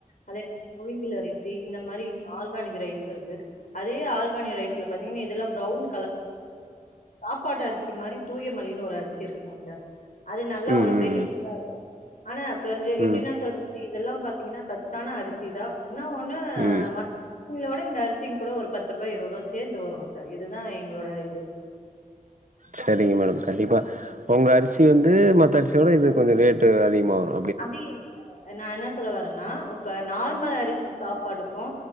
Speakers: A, on the left; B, on the right.
A: அதே மாரி முவிங்கில் அரிசி இந்த மாரி ஆர்கானிக் ரைஸ் இருக்கு அதே ஆர்கானிக் ரைஸ் இதுல பாத்தீங்கன்ன இதெல்லா ப்ரவுன் சாப்பாட்டு அரிசி மாரி தூயமல்லின்னு ஒரு அரிசி இருக்குங்க சார் அது நல்லா
B: ம்
A: ஒரு பெனிஃபிட்டா
B: ம்
A: இருக்கும் ஆனா கொஞ்ச எப்டி
B: ம்
A: நா சொல்ற சோ இதெல்லா பாத்தீங்கன்னா சத்தான அரிசிதா என்னா ஒண்ணு
B: ம்
A: மட் எங்களோட இந்த அர்சிங் கூட ஒரு பத்து ருவா இருவது ருவா சேந்து வருங் சார் இதுதா எங்களோட இது
B: சரிங்க மேடம் கண்டிப்பா உங்க அரிசி வந்து மற்ற அரிசியோட இது கொஞ்ச ரேட்டு அதிகமாக வரூ
A: அப்டியில்லைங் சார் நா என்ன சொல்ல வரன்னா இப்ப நார்மல் அரிசி சாப்பாடு கு